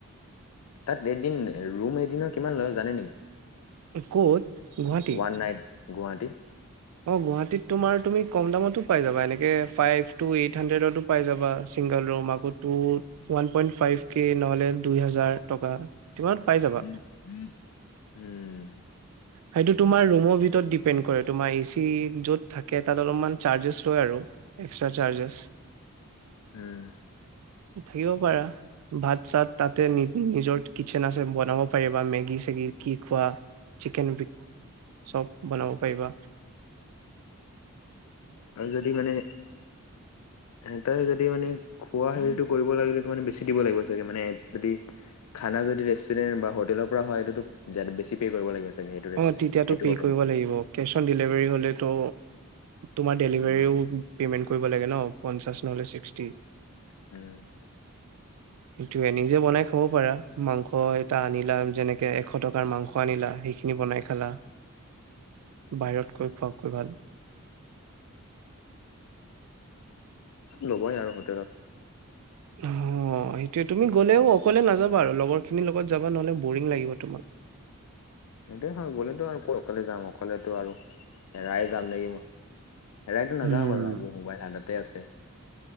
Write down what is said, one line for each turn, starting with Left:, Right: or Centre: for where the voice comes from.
Left: তাত এদিন ৰুম এদিনৰ কিমান লয় জানে নেকি
Right: কত গুৱাহাটী
Left: ওৱান নাইট গুৱাহাটী
Right: অ গুৱাহীত তোমাৰ তুমি কম দামতে পাই যাবাএনেকে ফাইব টুহানডেত চিংগুল যাবা এনেকেপাই যাবাওৱান পৱেন ফাইবকে নহলে দুহেজাৰ টকা কিমানত পাই যাবা
Left: উম উম উম
Right: সেইটো তোমাৰ ৰুমৰ ভিতৰত ডিপেণ্ড কৰে তোমাৰ এ চি য'ত থাকে তাত অলপমান চাৰ্জেছ লয় আৰু এক্সটা চাৰজেছ
Left: উম
Right: থাকিব পাৰা ভাত চাত তাতে নি নিজৰ কিটচেন আছে বনাব পাৰিবা মেগি চেগি কি খোৱা চিকেন বি চব বনাব পাৰিব
Left: আৰু যদি মানে স ত যদি মানে খোৱা হেৰিতটো কৰিব লাগিলেো মানে বেছি দিব লাগিব চাগে মানে যদি খানা যদি ৰেষ্টুৰেণ্ট বা হোটেলৰ পৰা হয় সো বেছি পে' কৰিব লাগিব চাগে সেইটো ৰেষ্টুৰেণ্ট
Right: অ তেতিয়টো
Left: সেইটো
Right: পে'
Left: হোটেল
Right: কৰিব লাগিব কেছ অন ডেলিভাৰী হ'লে ত তোমাৰ ডেলিভাৰীও
Left: উম
Right: পেমেণ্ট কৰিব লাগে ন পঞ্চাছ নহলে ছিক্সটি।
Left: হম,
Right: সেইটয়ে নিজে বনাই খাবও পাৰা মাংস এটা আনিলা যেনেকে এশ টকাৰ মাংস আনিলা সেইখিনি বনাই খালা বাহিৰতকৈ খোৱকৈ ভাল।
Left: ল'বই আৰু হোটেলত।
Right: অ সেইটোৱে তুমি গলেও অকলে নাযাবা আৰু লগৰ খিনিৰ লগত যাবা নহলে বৰিং লাগিব তোমাক।
Left: স গ'লেতো আৰু অকলে যাম অকলেতো আৰু এৰাই যাম নেকি মই। ৰাৰেড ন
Right: উম
Left: যামওঁ পাৰ আজি মবাইল হাত তে আছে।